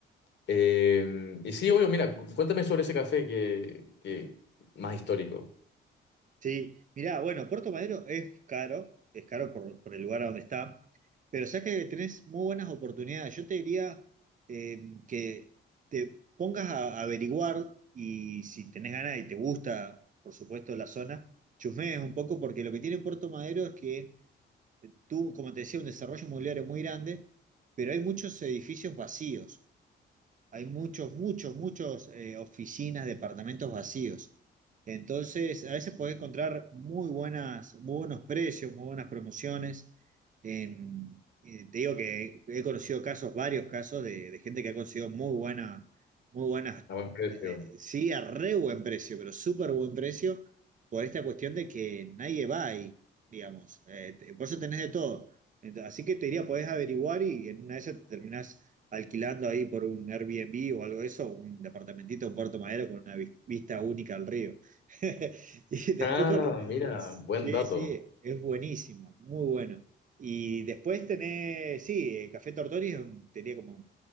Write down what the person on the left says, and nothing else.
Eh, y sí, obvio, mira, cu- cuéntame sobre ese café que, que más histórico,
a buen precio.
Ah,
mira, buen
dato.